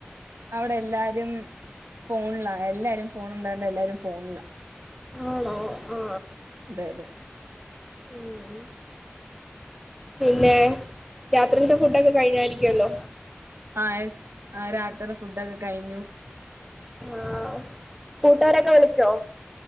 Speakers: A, on the right; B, in the centre.
A: അവിടെല്ലാരും ഫോണിലാല്ലാരും ഫോണ് ണ്ടായേണ്ടെല്ലാരും ഫോണിലാ
B: ആണോ ആ
A: അതെ അതെ
B: ഉം പിന്നെ രാത്രിത്തെ ഫുഡൊക്കെ കഴിഞ്ഞായിരിക്കല്ലോ
A: ആ എസ് ആ രാത്രിത്തെഫുഡൊക്കെ കഴിഞ്ഞു
B: ആഹ് കൂട്ടാരൊക്കെ വിളിച്ചോ